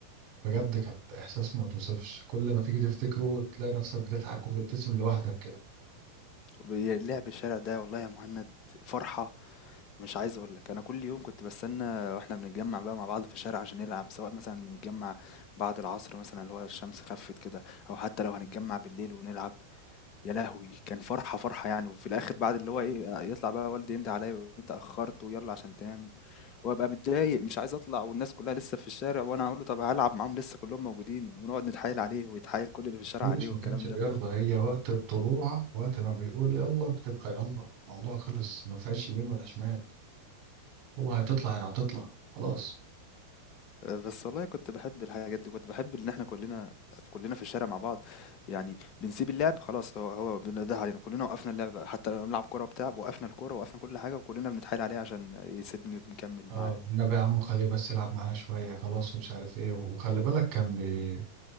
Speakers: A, on the right (about 40°); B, on the left (about 35°).
A: بجد كانت احساس ما توصفش كل ما تيجي تفتكره تلاقي نفسك بتضحك وبتبتسم لوحدك
B: بي- لعب الشارع ده والله يا مهند فرحه مش عايز اقول لك انا كل يوم كنت بستنى واحنا بنتجمع بقى مع بعض في الشارع عشان نلعب سواء مثلا بنتجمع بعد العصر مثلا اللي هو الشمس خفت كده او حتى لو هنتجمع بالليل ونلعب يا لهوي كان فرحة فرحة يعني وفي الاخر بعد اللي هو ايه يطلع بقى والدي يندى عليا وانت اخرت ويلا عشان تنام وابقى متضايق مش عايز اطلع والناس كلها لسه في الشارع وانا هقول له طب هلعب معاهم لسه كلهم موجودين ونقعد نتحايل عليه ويتحايل كل اللي في الشارع
A: فيش
B: عليه والكلام
A: ما كانش بيرضى
B: ده
A: هي وقت الطلوع وقت ما بيقول يلا بتبقى يلا الموضوع خلص ما فيهاش يمين ولا شمال هو هتطلع يعني هتطلع خلاص
B: آه، بس والله كنت بحب الحاجات دي كنت بحب ان احنا كلنا كلنا في الشارع مع بعض يعني بنسيب اللعب خلاص هو هو بنده علينا كلنا وقفنا اللعب حتى لو بنلعب كوره بتاع وقفنا الكوره وقفنا كل حاجه وكلنا بنتحايل عليه عشان يسيبني بنكمل
A: اه
B: معاه
A: النبي يا عم خليه بس يلعب معانا شوية خلاص ومش عارف ايه وخلي بالك كان بي